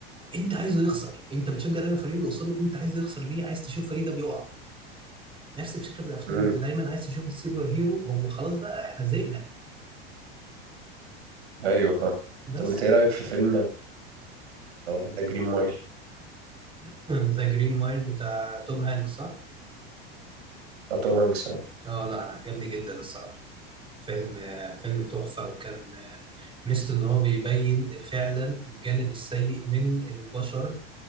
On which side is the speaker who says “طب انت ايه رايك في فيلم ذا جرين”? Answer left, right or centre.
Right